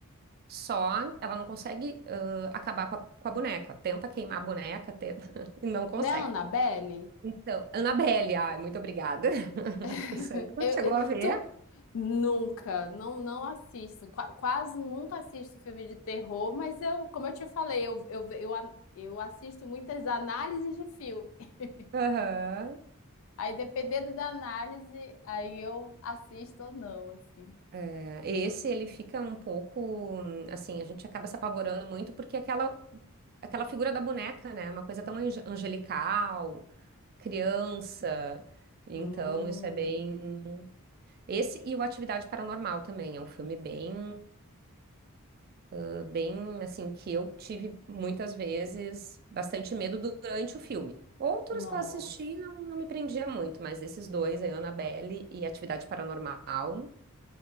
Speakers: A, on the right; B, on the left.
A: só ela não consegue, ãh, acabar com a, com a boneca. Tenta queimar a boneca, tenta, <laughs> e não consegue.
B: Né, Annabelle?
A: Então, Annabelle, ai, muito obrigada. <laughs>
B: <laughs>
A: Isso aí, tu
B: Eu,
A: chegou
B: eu-
A: a ver?
B: tu- Nunca, não, não assisto, qua- quase nunca assisto filme de terror, mas eu, como eu te falei, eu, eu, eu, a- eu assisto muitas análises de filme <laughs>
A: Aham.
B: Aí, dependendo da análise, aí eu assisto ou não, assim.
A: É, Esse ele fica um pouco hum, assim, a gente acaba se apavorando muito porque aquela aquela figura da boneca, né, é uma coisa tão ange- angelical, criança. Então,
B: Hum,
A: isso é bem esse e o Atividade Paranormal também é um filme bem eh, bem assim que eu tive muitas vezes bastante medo durante o filme. Outros
B: nossa.
A: que eu assisti não, não me prendia muito, mas esses dois, aí, Annabelle e Atividade Paranormal,